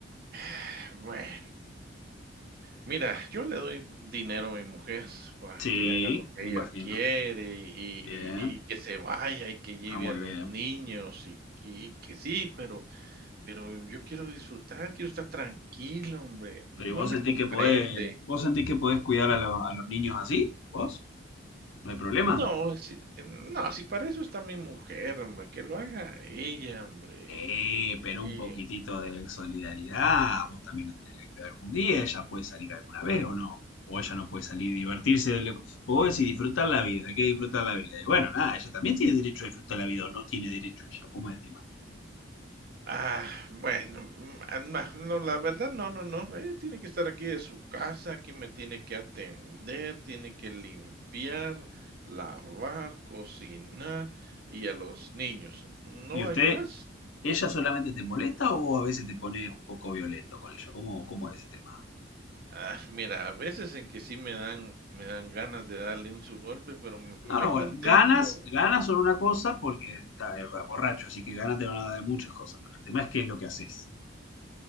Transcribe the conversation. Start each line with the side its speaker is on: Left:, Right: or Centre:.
Right: <sighs> Bueno. Mira, yo le doy dinero a mi mujer para
Left: Sí,
Right: que haga lo que
Left: me imagino.
Right: ella quiere y
Left: Bien,
Right: y y que se vaya y que lleve
Left: está muy
Right: a los
Left: bien.
Right: niños y y que sí, pero pero yo quiero disfrutar, quiero estar tranquilo, hombre,
Left: Pero
Right: no
Left: ¿y vos
Right: me
Left: sentís
Right: comprende.
Left: que podés, vos sentís que podés cuidar a, lo- a los niños así? ¿Vos? ¿No hay problema?
Right: No, si no, si para eso está mi mujer, hombre, que lo haga ella, hombre,
Left: Eh,
Right: sí.
Left: pero un poquitito de solidaridad, vos también lo tenés que cuidar algún día, ella puede salir alguna vez o no, o ella no puede salir y divertirse, del- pues vos decís disfrutar la vida, hay que disfrutar la vida, y bueno, nada, ella también tiene derecho a disfrutar la vida o no tiene derecho ella, ¿cómo es el tema?
Right: Ah, bueno, mm, ah, na no, la verdad, no, no, no. Ella tiene que estar aquí de su casa, aquí me tiene que atender, tiene que limpiar, lavar, cocinar y a los niños, ¿no
Left: ¿Y usted,
Right: hay más?
Left: ella solamente te molesta o vos a veces te pones un poco violento con ella? ¿Cómo, cómo es ese tema?
Right: Ah, mira, a veces en que sí me dan me dan ganas de darle un su golpe, pero m me
Left: No, no,
Right: contengo.
Left: bueno, ganas, ganas son una cosa porque está eh, borracho, así que ganas te van a dar de muchas cosas, pero el tema es qué es lo que haces.